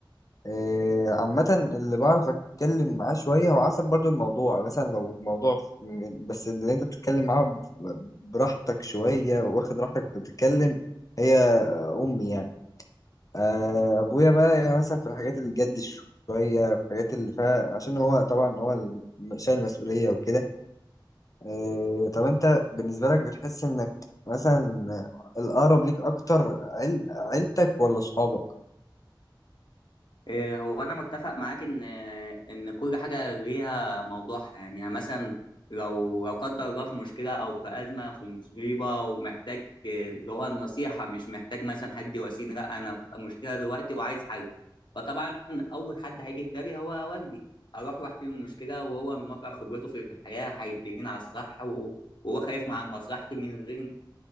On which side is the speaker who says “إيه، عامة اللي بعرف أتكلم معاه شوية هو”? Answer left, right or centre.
Left